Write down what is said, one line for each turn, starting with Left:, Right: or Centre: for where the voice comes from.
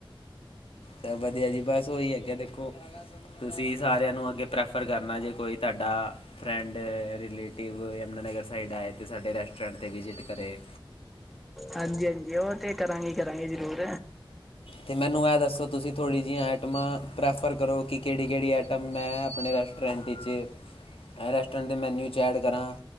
Left: ਤਾਂ ਵਧੀਆ ਜੀ ਬਸ ਉਹੀ ਹੈਗੇ ਦੇਖੋ ਤੁਸੀਂ ਸਾਰਿਆਂ ਨੂੰ ਅੱਗੇ ਪ੍ਰੈਫਰ ਸਫਰ ਕਰਨਾ ਜੇ ਕੋਈ ਤੁਹਾਡਾ friend relative Yamuna Nagar side ਆਏ ਅਤੇ ਸਾਡੇ ਰੈਸਟੋਰੈਂਟ ਤੇ ਵਿਜ਼ਿਟ ਕਰੇ
Centre: ਹਾਂਜੀ ਹਾਂਜੀ ਉਹ ਤੇ ਕਰਾਂਗੇ ਕਰਾਂਗੇ ਜ਼ਰੂਰ
Left: ਤੇ ਮੈਨੂੰ ਇਹ ਦੱਸੋ ਤੁਸੀਂ ਥੋੜੀ ਜਹੀਆਂ ਆਈਟਿਮਾ ਪ੍ਰੈਫਰ ਕਰੋ ਕਿਹੜੀ ਕਿਹੜੀ ਆਈਟਮ ਆਈਟਮ ਮੈਂ ਆਪਣੇ ਰੈਸਟੋਰੈਂਟ 'ਵਿਚ ਰੈਸਟੋਰੈਂਟ ਦੇ ਮੈਨਿਊ ਚ ਐਡ ਕਰਾਂ,